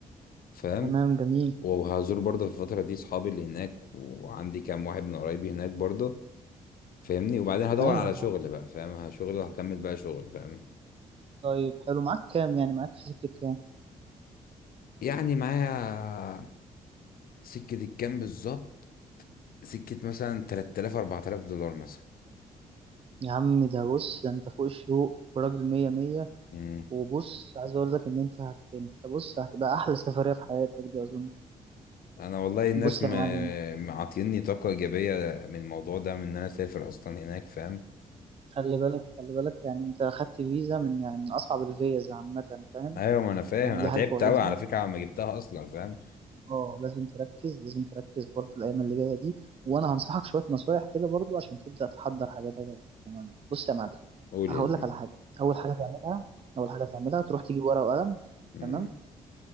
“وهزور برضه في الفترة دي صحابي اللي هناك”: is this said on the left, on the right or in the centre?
Left